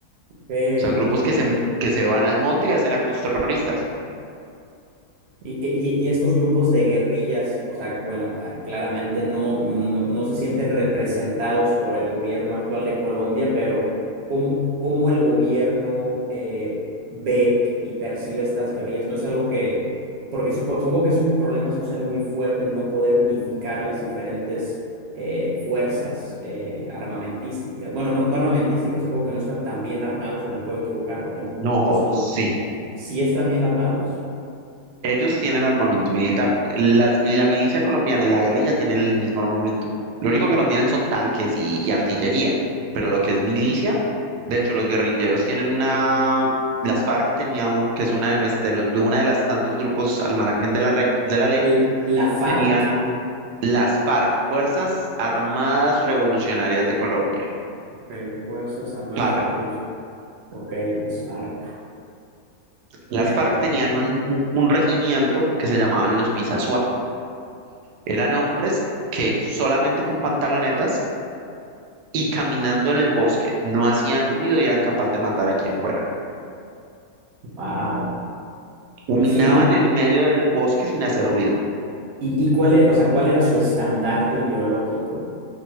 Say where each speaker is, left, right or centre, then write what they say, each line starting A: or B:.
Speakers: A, on the right (about 60°); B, on the right (about 85°).
A: Ok,
B: o sea, grupos
A: ok,
B: que se,
A: ok.
B: que se van al monte y hacen actos terroristas.
A: Y, que, y, y estos grupos de guerrillas, o sea, bueno, ah, claramente no, no, no se sienten representados por el gobierno actual de Colombia, pero ¿cómo, cómo el gobierno eh, ve y percibe estas guerrillas? No es algo que, porque supo- supongo que es un problema social muy fuerte el no poder unificar las diferentes eh, fuerzas eh, armamentísticas. Bueno, no, no armamentísticas, supongo que no están tan bien armados, o me puedo equivocar, como
B: No,
A: los... sol-
B: sí.
A: ¿Sí están bien armados?
B: Ellos tienen armamento militar. Las, la milicia colombiana y la guerrilla tienen el mismo armamento. Lo único que no tienen son tanques y, y artillería, pero lo que es milicia, de hecho, los guerrilleros tienen una, las FARC tenía un, que es una de, nues- de, nu- de una de las tantos grupos al margen de la rey, de la ley,
A: L- ¿La FARC?
B: tenían un, las FARC, Fuerzas Armadas Revolucionarias de Colombia,
A: Ok, Fuerzas Armadas
B: FARC.
A: Revolucionarias. Ok, las FARC.
B: Las
A: Me-
B: FARC
A: o-
B: tenían
A: ujú.
B: un, un, un regimiento que se llamaban los Pisa Eran hombres que solamente con pantalonetas y caminando en el bosque no hacían ruido y eran capaces de matar a quien fuera.
A: Wow.
B: Caminaban
A: Y siguen,
B: en el medio del bosque sin hacer ruido.
A: y, y cuál era, o sea, cuál era su estandarte ideológico,